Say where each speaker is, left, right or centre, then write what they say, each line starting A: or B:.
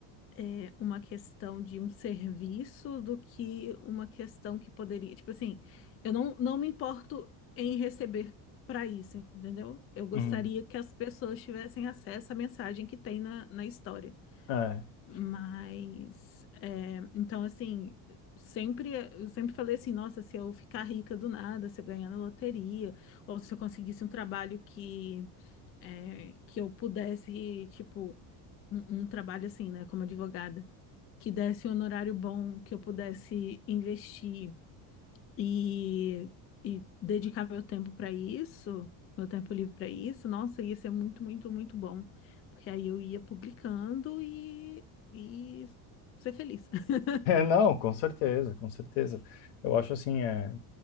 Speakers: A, on the left; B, on the left.
A: é, uma questão de um serviço do que uma questão que poderia. Tipo assim, eu não, não me importo em receber para isso, entendeu? Eu gostaria
B: uhum.
A: que as pessoas tivessem acesso à mensagem que tem na, na história.
B: É. <laughs>
A: Mas, é, então, assim, sempre, eu sempre falei assim: nossa, se eu ficar rica do nada, se eu ganhar na loteria, ou se eu conseguisse um trabalho que, é, que eu pudesse, tipo, um um trabalho assim, né, como advogada que desse um honorário bom, que eu pudesse investir e, e dedicar meu tempo para isso, meu tempo livre para isso, nossa, ia ser muito, muito, muito bom. Porque aí eu ia publicando e, e ser feliz. <laughs>
B: Não, com certeza, com certeza. Eu acho assim, é,